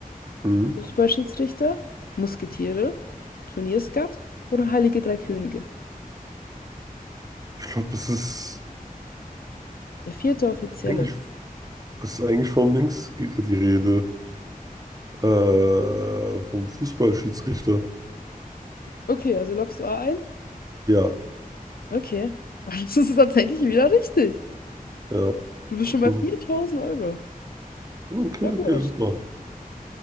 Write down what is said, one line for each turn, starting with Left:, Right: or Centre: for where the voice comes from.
Right: Mhm.
Left: Fußballschiedsrichter, Musketiere, Turnierskat oder Heilige Drei Könige?
Right: Ich glaube, es ist
Left: Der vierte Offizielle.
Right: eigentlich, es ist eigentlich vom Links ge- die Rede. Äh, vom Fußballschiedsrichter.
Left: Okay, also loggst du A ein?
Right: Ja,
Left: Okay. <laughs> Das ist tatsächlich wieder richtig.
Right: ja.
Left: Du bist schon bei
Right: Mhm.
Left: 4000 Euro.
Right: Okay,
Left: Sehr gut.
Right: okay, super.